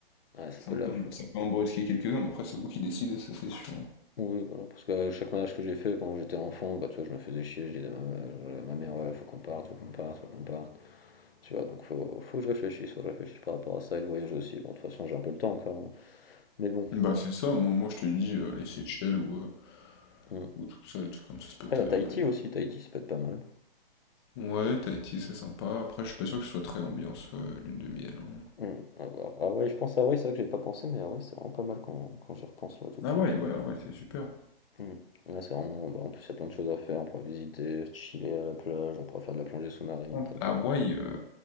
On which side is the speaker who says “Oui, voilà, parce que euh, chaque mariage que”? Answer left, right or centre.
Left